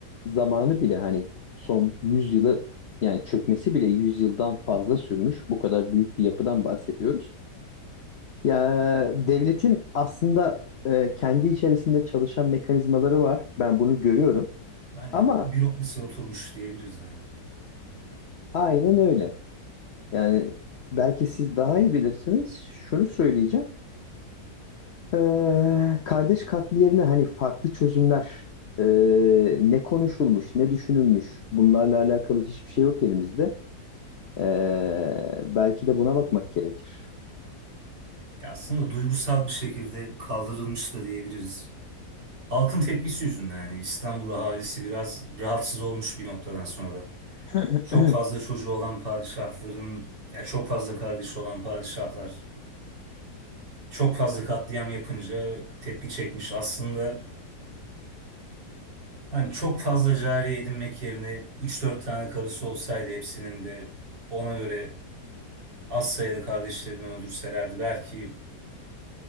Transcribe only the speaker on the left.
zamanı bile hani son 100 yılı yani çökmesi bile 100 yıldan fazla sürmüş. Bu kadar büyük bir yapıdan bahsediyoruz. Ya devletin aslında e, kendi içerisinde çalışan mekanizmaları var. Ben bunu görüyorum.
Ama
aynen öyle. Yani belki siz daha iyi bilirsiniz. Şunu söyleyeceğim. Ee, kardeş katli yerine hani farklı çözümler ee, ne konuşulmuş ne düşünülmüş bunlarla alakalı hiçbir şey yok elimizde. Ee, belki de buna bakmak gerekir.
<clears throat>